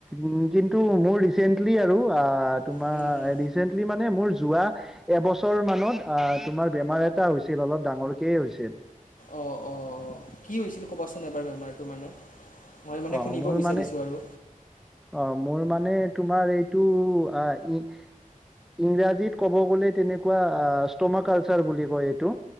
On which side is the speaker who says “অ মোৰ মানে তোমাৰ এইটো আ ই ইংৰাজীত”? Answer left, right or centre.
Centre